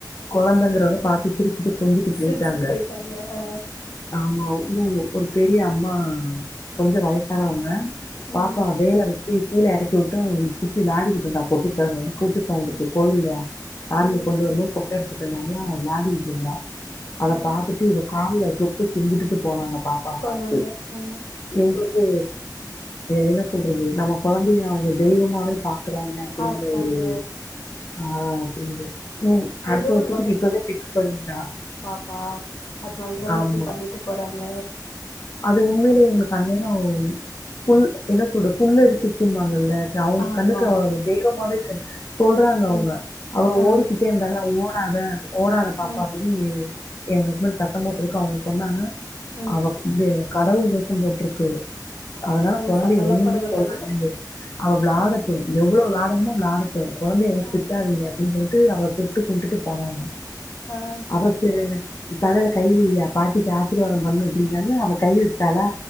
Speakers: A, on the left; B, on the left.
A: கொழந்தைங்கிறத பாத்துட்டு சிரிச் சிட்டு கொஞ்சிட்டு போயிட்டாங்க
B: சிரிச்சுட்டு ஆ.
A: ஆமா ஒன்னு ஒரு பெரிய அம்மா கொஞ்சோ வயசானவங்க
B: ம்.
A: பாப்பா வேல வெச்சு கீழே எறக்கி வுட்டு அவ சுத்தி வெளாடிகிட்டு இருந்தா போட்டு கூ
B: ம்.
A: உக்கு கோயில்ல சாமிய
B: ம்.
A: கொண்டு வந்து கொட்ட எடுத்துட்டு இருந்தாங்கலா வெளாடிட்டு இருந்தா அத
B: ம்.
A: பாத்துட்டு இவ கால்ல தொட்டு கும்பிட்டுட்டு போனாங்க பாப்பா
B: போனாங்க.
A: பாத்துட்டு
B: ஆ.
A: எங்குளுக்கு என்ன சொல்றது நம்ம கொழந்தைய அவுங்க தெய்வமாவே பாக் குறாங்க அப்டீங்கற
B: பார்க்குறாங்க.
A: ஒரு ஆ அப்டீங்கள நீ அடுத்த
B: ஏதோ
A: வர்ஷத்துக்கு
B: ஒரு
A: இப்பவே ஃபிக்ஸ் பண்ணிட்டா
B: பாவோ அதனாலதானே
A: ஆமா.
B: அப்புடி பண்ணிட்டு போறாங்க
A: அது உண்மையிலயே எங்குளுக்கு அந்த நேரோ புல் என்ன சொல்றது புல் அரிச்சுருக்கும்பாங்கல்ல அவுங்க
B: ஆமா.
A: கண்ணுக்கு அவ தெய்வமாவே தெரிஞ்சா சொல்றாங்க அவுங்க
B: ம்.
A: அவ
B: ஆ.
A: ஓடிக்கிட்டு ஓடிட்டேர்ந்தாளா ஓடாத ஓடாத பாப்பா
B: ஆ.
A: எங்க ஹஸ்பண்ட் சத்தம் போட்டதுக்கு அவுங்க சொன்னாங்கா
B: ஆ.
A: அவ இந்த கடவுள் வேசம் போட்ருக்கு அதனால
B: ஆ.
A: கொழந்தைய
B: சத்தம்லாம்
A: ஒண்ணுமே
B: போடக்கூடாது.
A: சொல்லாதீங்க அவ வெளாடட்டோ எவ்வளோ வெளாடனுமே வெளாடட்டோ கொழந்தய வந்து
B: ஆ.
A: திட்டாதீங்க அப்டீன்னு சொல்லிட்டு அவ தொட்டு கும்டுட்டு போனாங்க
B: ஆஹ்
A: அடுத்து தலைல கை வெய்யா பாட்டிக்கு ஆசீர்வாதோ பண்ணு அப்டீனாங்க அவ கை வெச்சாலா